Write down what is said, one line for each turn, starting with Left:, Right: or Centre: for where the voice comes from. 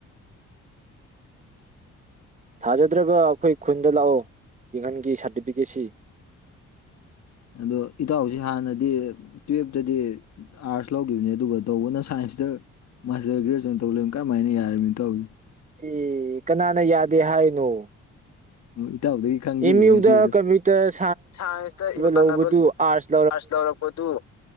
Left: <inaudible>
Right: ꯊꯥꯖꯗ꯭ꯔꯕ ꯑꯩꯈꯣꯏ ꯈꯨꯟꯗ ꯂꯥꯛꯑꯣ ꯌꯦꯍꯟꯒꯤ ꯁꯥꯔꯇꯤꯐꯤꯀꯦꯠꯁꯤ
Left: <inaudible> ꯑꯗꯣ ꯏꯇꯥꯎꯁꯤ ꯍꯥꯟꯅꯗꯤ ꯇꯨꯌꯦꯜꯞꯇꯗꯤ ꯑꯥꯔꯠꯁ ꯂꯧꯈꯤꯕꯅꯦ ꯑꯗꯨꯒ ꯇꯧꯕꯅ ꯁꯥꯏꯟꯁ ꯃꯁꯤꯗ ꯃꯥꯁꯇꯔ ꯒ꯭ꯔꯦꯖꯨꯑꯦꯁꯟ ꯇꯧ ꯀꯔꯝꯍꯥꯏꯅ ꯌꯥꯔꯕꯃꯤꯅꯣ ꯇꯧꯋꯅꯤ
Right: ꯑꯦ ꯀꯅꯥꯅ ꯌꯥꯗꯦ ꯍꯥꯏꯅꯣ
Left: ꯍꯣꯏ ꯏꯇꯥꯎꯗꯒꯤ ꯈꯪꯖꯤꯜꯂꯤ
Right: ꯑꯦꯝ ꯌꯨꯗ
Left: ꯉꯁꯤ ꯑꯗꯨ
Right: ꯀꯝꯄ꯭ꯌꯨꯇꯔ
Left: ꯁꯥꯏꯟꯁꯇ ꯏꯃꯥꯟꯅꯕ
Right: ꯂꯧꯕꯗꯨ
Left: ꯑꯥꯔꯁ
Right: ꯑꯥꯔꯠꯁ
Left: ꯂꯧꯔꯛꯄꯗꯨ ꯎ